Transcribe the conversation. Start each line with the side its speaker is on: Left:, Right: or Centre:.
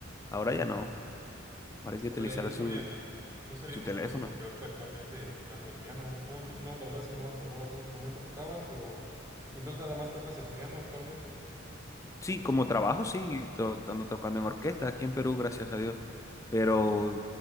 Left: Ahora
Right: ujú.
Left: ya no, ahora hay que
Right: Órale,
Left: utilizar
Right: no sabía,
Left: sus,
Right: no sabía
Left: su
Right: que
Left: teléfono.
Right: estabas como que ahorita actualmente tocando el piano. No, yo- no, la verdad es que no me acordaba qué instrumento tocabas, pero entonces nada más tocas el piano actualmente.
Left: Sí, como trabajo, sí, to- ando tocando en orquesta aquí en Perú, gracias a Dios. Pero